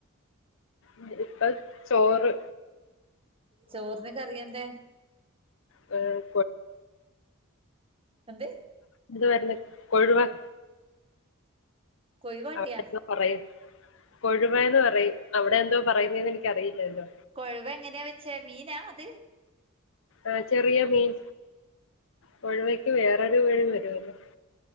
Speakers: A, on the left; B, on the right.
A: മ ഇപ്പ ചോറ്
B: ചോറിന് കറിയെന്തേ?
A: ഏ
B: എന്ത്.
A: ന്നുവാരുന്ന് കൊഴുവാൻ
B: കൊഴുവാട്ടിയാ.
A: അവിടെ എന്തോ പറയും കൊഴുവന്ന് പറയും അവിടെ എന്തോ പറയുന്നന്ന് എനിക്കറിയില്ലലോ.
B: കൊഴുവ എങ്ങനെയാ വെച്ചേ മീനാ അത്.
A: ആ ചെറിയ മീൻ കൊഴുവയ്ക്ക് വേറൊരു പേരു വരുവല്ലോ?